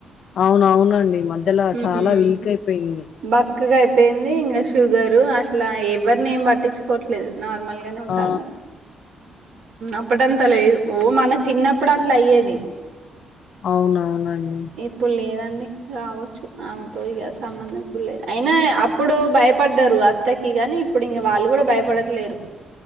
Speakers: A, on the left; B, on the right.
A: అవున అవునండి మధ్యలో
B: హ్మ్.
A: చాలా వీక్ అయిపోయింది
B: బక్కగా అయిపోయింది ఇంకా షుగరు అట్లా ఎవరిని ఏం పట్టించుకోవట్లేదు నార్మల్ గని ఉంటాంది
A: ఆ
B: అప్పుడుఅంతా లేదు ఓ మన చిన్నప్పుడు అట్లా అయ్యేది
A: అవునవునండి
B: ఇప్పుడు లేదండి రావచ్చు ఆమెతో ఇక సంబంధం ఇప్పుడు లేదు అయినా అప్పుడు భయపడ్డారు అంతకి కాని ఇప్పుడు ఇంకా వాళ్ళు కూడా భయపడట్లేరు